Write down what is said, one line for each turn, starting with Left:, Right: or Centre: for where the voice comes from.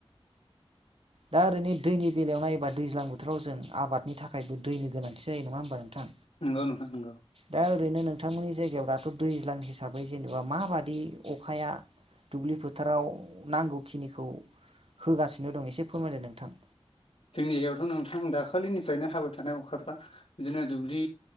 Right: दा ओरैनो दैनि बेलायाव नायोबा दैज्लां बोथोराव जों आबादनि थाखायबो दैनि गोनांथि जायो नङा होमबा। थां
Left: नंगौ नोंथां नंगौ
Right: दा ओरैनो नोंथांमोननि जायगायाव दाथ' दैज्लां हिसाबै जेनेबा माबादि अखाया दुब्लि फोथाराव नांगौखिनिखौ होगासिनो दं एसे फोरमायलाय नोंथां।
Left: जोंनि जायगायावथ' नोंथां दाखालिनिफ्रायनो हाबाय थानाय अखाफ्रा बिदिनो दुब्लि